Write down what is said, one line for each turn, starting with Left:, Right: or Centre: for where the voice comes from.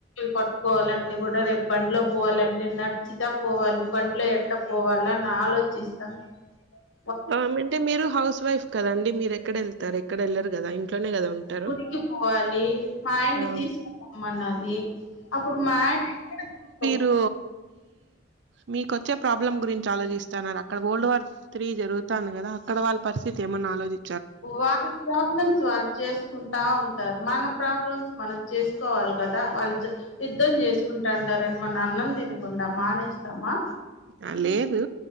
Left: పట్టుకోవాలంటే కూడా రేపు బండ్లో పోవాలంటే నడిచితా పోవాలి బండ్లో ఎట్ట పోవాల అని ఆలోచిస్తాను అ
Right: అంటే మీరు హౌస్ వైఫ్ కదండి మీరు ఎక్కడ వెళ్తారు ఎక్కడ వెళ్ళరు కదా ఇట్లోనే కదా ఉంటారు
Left: గుడికి పోవాలి మా ఆయన్నీ
Right: ఆ
Left: తీసుకుపొమ్మనాలి అప్పుడు మా ఆయన ఎక్కడకు
Right: మీకు మీకోచ్చే ప్రాబ్లం గురించి ఆలోచిస్తన్నార అక్కడ ఓల్డ్ వార్ త్రి జరుగుతంది కదా అక్కడ వాళ్ళ పరిస్థితి ఏమన్నా ఆలోచి
Left: వాళ్ళ ప్రాబ్లమ్స్ వాల్ చేసుకుంటా ఉంటారు మన ప్రాబ్లమ్స్ మనం చేసుకోవాలి కదా వాళ్ళు యుద్ధం చేసుకు ఉంటండారని మన అన్నం తినకుండా మానేస్తామా
Right: ఆ లేదు